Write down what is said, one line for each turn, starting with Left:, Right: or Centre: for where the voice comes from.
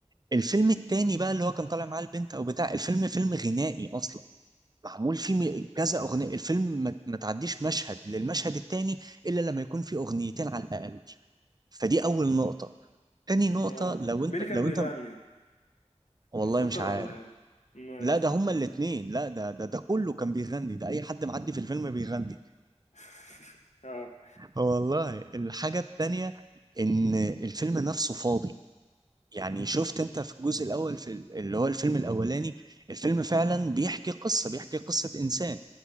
Right: الفيلم التاني بقى اللي هو كان طالع معاه البنت او بتاع الفيلم فيلم غنائي اصلا معمول فيه م- كذا اغنيه الفيلم ما ما تعديش مشهد للمشهد التاني الا لما يكون فيه اغنيتين على الاقل فدي اول نقطة تاني نقطة
Left: اه
Right: لو انت
Left: مين اللي كان
Right: لو
Left: بيغني
Right: انت والله
Left: الجوكر
Right: مش عارف
Left: ولا ايه ماشي
Right: لا ده هما الاتنين لا ده ده ده كله كان بيغني ده اي حد معدي في الفيلم بيغني
Left: <laughs> اه
Right: والله الحاجة التانية ان الفيلم نفسه فاضي يعني شفت انت في الجزء الاول في ال- اللي هو الفيلم الاولاني الفيلم فعلا بيحكي قصة بيحكي قصة انسان